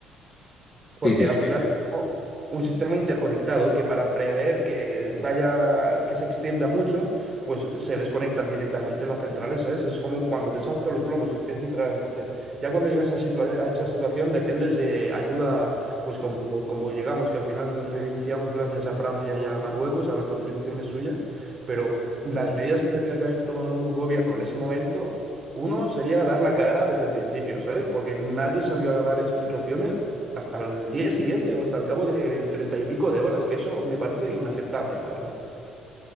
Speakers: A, on the right; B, on the left.
A: porque
B: Sí, sí,
A: al
B: es que...
A: final o- un sistema interconectado que para prever que vaya, que se extienda mucho, pues se desconectan directamente las centrales, ¿sabes? Es como cuando te saltan los plomos, es que es literal. Entonces, ya cuando llegas a, situa- a esa situación, dependes de ayuda, pues como, como llegamos, que al final reiniciamos gracias a Francia y a Marruecos, a las contribuciones suyas, pero las medidas que tenía que haber tomado el gobierno en ese momento... Uno sería dar la cara desde el principio, ¿sabes? Porque nadie salió a dar explicaciones hasta el día siguiente o hasta el cabo de treinta y pico de horas, que eso me parece inaceptable, la verdad.